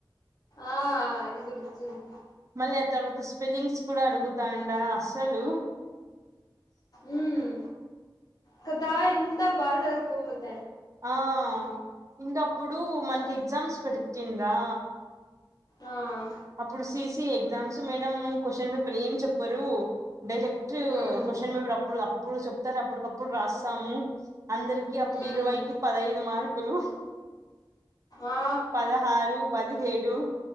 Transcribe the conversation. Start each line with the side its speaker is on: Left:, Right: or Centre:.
Left: ఆ ఆ అది గుర్తుంది.
Right: మళ్ళీ ఆ తర్వాత స్పెల్లింగ్స్ కూడా అడుగుతా అండా అసలు
Left: ఉహ్మ్ కదా ఎంత బాగ్ చదుకో మొంత్
Right: ఆఆ ఇందా అప్పుడు మనకి ఎగ్జామ్స్ పెడితిందా.
Left: ఆఆ
Right: అప్పుడు CC exams madam question paper ఏం చెప్పరు డైరెక్ట్
Left: మ్మ్
Right: క్వశ్చ హేన్ అప్పుడు అప్పుడు చెప్తారు అప్పుటికప్పుడు రాస్తాము అందరికి అప్పుడు
Left: మ్మ్
Right: ఇరవై ఈ పద్దంది మార్కులు
Left: ఆ ఆ
Right: పదహారు పదిహేడు